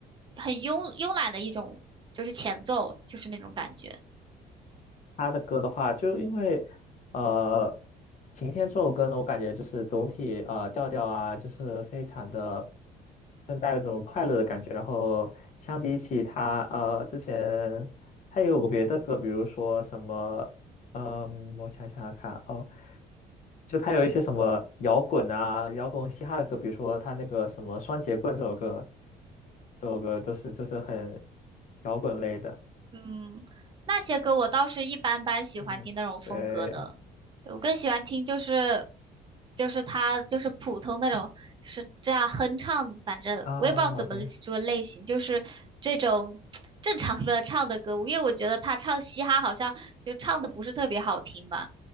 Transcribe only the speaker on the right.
很慵慵懒的一种就是前奏，就是那种感觉。
嗯，那些歌我倒是一般般喜欢听那种风格的，
对我更喜欢听就是就是他就是普通那种，就是这样哼唱，反正我也不知道怎么说类型，
就是这种 <tsk> 正常的唱的歌，因为我觉得他唱嘻哈好像就唱的不是特别好听吧，